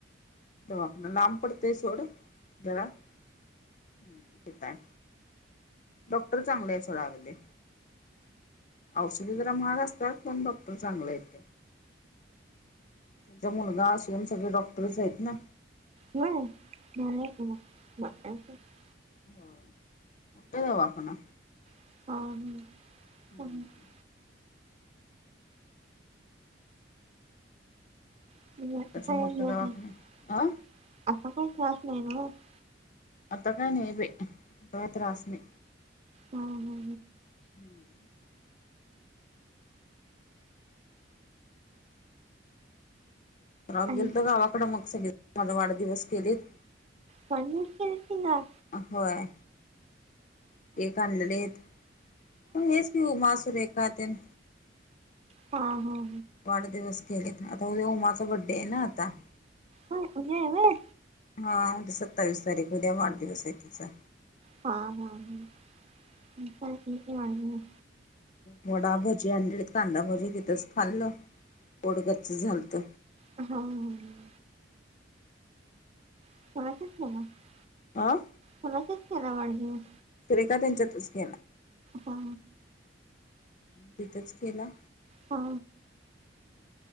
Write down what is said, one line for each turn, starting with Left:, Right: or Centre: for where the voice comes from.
Left: दवाखाना लांब पडतय सोड, जरा हम्म, तिताय. डॉक्टर चांगलं आहे सोडा अगदी, औषध जरा महाग असत्यात, पण डाक्टर चांगल आहेत ते, त्यांचा मुलगा अस- सगळे डॉक्टरच आहेत ना.
Right: नाय <unintelligible>
Left: व्हय, मोठाय दवाखाना.
Right: <unintelligible>
Left: हम्म
Right: <unintelligible>
Left: मोठाच्या मोठा दवाखाना अ आता काय नाय बाई, आता काय त्रास नाय.
Right: हा, हा.
Left: <unintelligible> परवा
Right: आणि
Left: गेलतो गावाकड मग सगळी माजा वाढदिवस केलीत
Right: चायनीज करायचं ना
Left: आं व्हय ते एक आणलेलंयेत पण हेच ति उमा, सुरेखा तेन
Right: हां, हां
Left: वाढदिवस केलेत आता उद्या उमाचा बड्डे आहे ना आता
Right: व्हय उद्या हाय व्हय
Left: हां सत्तावीस तारीख उद्या वाढदिवस आहे तिचा
Right: हां, हां <unintelligible>
Left: वडा भजी आणलेलीत कांदा भजी तिथंच खाल्लो पोट गच्च झालत
Right: हां <unintelligible>
Left: आं
Right: कुणाच्यात केला वाढदिवस?
Left: सुरेखा त्यांच्यातच की
Right: ह
Left: तिथंच केला
Right: हा